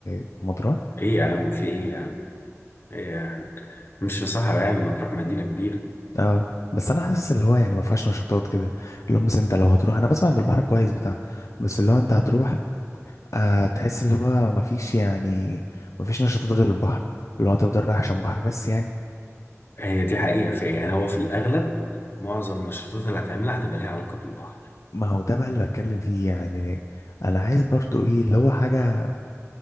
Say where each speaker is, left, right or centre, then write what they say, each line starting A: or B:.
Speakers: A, on the left; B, on the left.
A: في مطروح
B: إيه يا عم في إيه يا عم إيه يا عم مش في صحراء يعني ما تروح مدينة كبيرة
A: اه بس انا حاسس اللي هو يعني ما فيهاش نشاطات كده اللي هم مثلا انت لو هتروح انا بسمع ان البحر كويس بتاع بس اللي هو انت هتروح آه تحس اللي هو ما فيش يعني ما فيش نشاطات غير البحر اللي هو هتفضل رايح عشان بحر بس يعني
B: هي دي حقيقة في يعني هو في الأغلب معظم النشاطات اللي هتعملها هتبقى ليها علاقة بالبحر
A: ما هو ده بقى اللي بتكلم فيه يعني انا عايز برضو ايه اللي هو حاجة